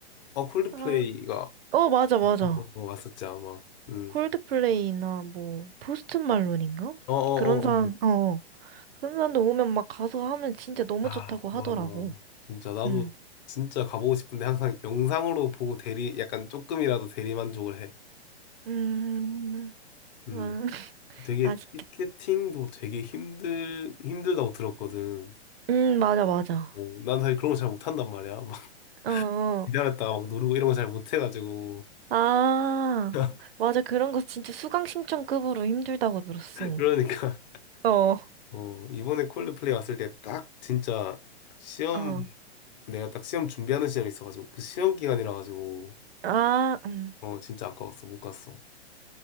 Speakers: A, on the left; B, on the right.
A: 어, 콜드플레이가
B: 아,
A: 어,
B: 어, 맞아, 맞아.
A: 어, 어, 왔었지, 아마. 음.
B: 콜드플레이나 뭐, 포스트 말론인가?
A: 어어어어.
B: 그런 사람, 어, 그런 사람도 오면 막 가서 하면 진짜 너무
A: 아,
B: 좋다고 하더라고.
A: 맞아. 진짜, 나도
B: 응,
A: 진짜 가보고 싶은데 항상 영상으로 보고 대리, 약간 조금이라도 대리만족을 해.
B: 음,
A: 음.
B: 음, <laughs>
A: 되게
B: 아, 아쉽겠다.
A: 티켓팅도 되게 힘들, 힘들다고 들었거든.
B: 음, 맞아, 맞아.
A: 어, 난 사실 그런 거 잘 못한단 말이야. <laughs>
B: 어, 어.
A: 기다렸다가 막 누르고 이런 거 잘 못해가지고
B: 아,
A: <laughs>
B: 맞아. 그런 거 진짜 수강 신청급으로 힘들다고 들었어.
A: 그러니까
B: 어.
A: 어 이번에 콜드플레이 왔을 때 딱 진짜 시험
B: 어,
A: 내가 딱 시험 준비하는 시험이 있어가지고 그 시험 기간이라 가지고
B: 아, 음.
A: 어 진짜 아까웠어 못 갔어